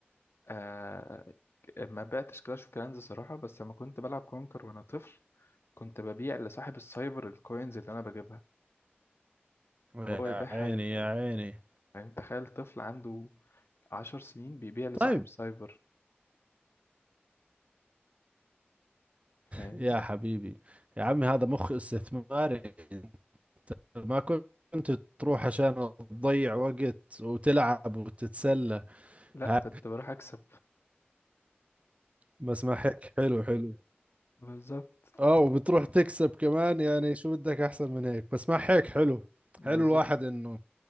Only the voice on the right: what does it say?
يا
عيني
يا عيني
طيب
يا حبيبي يا عمي هذا مخ استثماري أنت ما كنت تروح عشان تضيع وقت وتلعب وتتسلى
ها
بس ما هيك حلو حلو
اه وبتروح تكسب كمان يعني شو بدك احسن من هيك بس ما هيك حلو
حلو الواحد انه